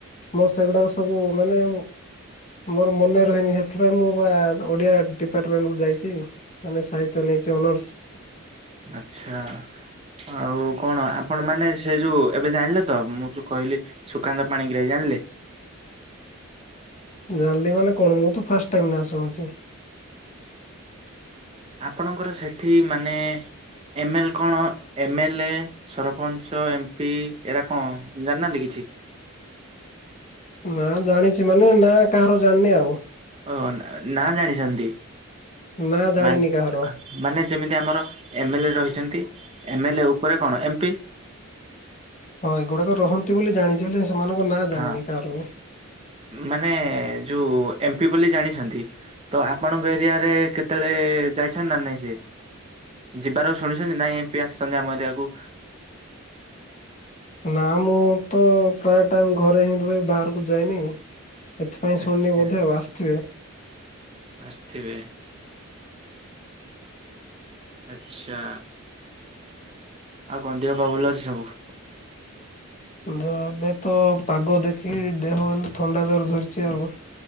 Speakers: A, on the left (about 35°); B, on the right (about 30°).
A: ମୋ ସେଗୁଡାକ ସବୁ ମାନେ ମୋର ମନେ ରହିନି ସେଥିପାଇଁ ମୁଁ ବା ଓଡିଆ ଡିପାର୍ଟମେଣ୍ଟ କ ଯାଇଛି। ମାନେ ସହିତ୍ୟ ନେଇଛି ଅନର୍ସ
B: ଆଚଛା। ଆଉ କଣ ଆପଣ ମାନେ ସେ ଯୋଉ ଏବେ ଜାଣିଲେ ତ ମୁଁ ଯୋଉ କହିଲି ସୁକାନ୍ତ ପାଣିଗ୍ରାହ ଜାଣିଲେ?
A: ଜାଣିଲି ମାନେ କଣ ମୁଁ ତୁ ଫାଷ୍ଟ ଟାଇମ ନା ଶୁଣୁଛି।
B: ଆପଣଙ୍କର ସେଠି ମାନେ ଏମଏଲ କଣ ଏମଏଲଏ ସରପଞ୍ଚ ଏମ ପି ଏରା କଣ ଜାଣିନାହାନ୍ତି କିଛି?
A: ନା ଜାଣିଛି ମାନେ ନା କାହାର ଜାଣିନି ଆଉ।
B: ଓ ନା ଜାଣିଛନ୍ତି
A: ନା ଜାଣିନି
B: ମାନେ
A: କାହାର।
B: ଯେମିତି ଆମର ଏମଏଲ ଏ ରହିଛନ୍ତି ଏମଏଲ ଏ ଉପରେ କଣ ଏମ ପି
A: ହଁ ଏଗୁଡାକ ରହନ୍ତି ବୋଲି ଜାଣିଛି ହେ ସେମାନଙ୍କ ନାଁ ଜାଣିନି
B: ହଁ
A: କାହାର
B: ମାନେ ଯୋଉ ଏମପି ବୋଲି ଜାଣିଛନ୍ତି ତ ଆପଣଙ୍କ ଏରିଆରେ କେତେବେଳେ ଯାଇଛ ନା ନାଇଁ ସେ ଯିବାର ଶୁଣିଛନ୍ତି ନାଇଁ ଏମିତି ଆସିଛନ୍ତି ଆମ ଏରିଆକୁ
A: ନା ମୁଁ ତ ପ୍ରାୟ ଟାଇମ ଘରେ ହିଁ ରୁହେ ବାହାରକୁ ଯାଇନି ଏଥିପାଇଁ
B: ଆଚ୍ଛା।
A: ଶୁଣିନି ବୋଧେ ଆଉ ଆସିଥିବେ।
B: ଆସିଥିବେ। ଆଛା ଆଉ କଣ ଦେହ ପା ଭଲ ଅଛି ସବୁ?
A: ଦେହ ଏବେ ତ ପାଗ ଦେଖି ଦେହ ହେଲେ ଥଣ୍ଡା ଜର ଧରିଛି ଆଉ।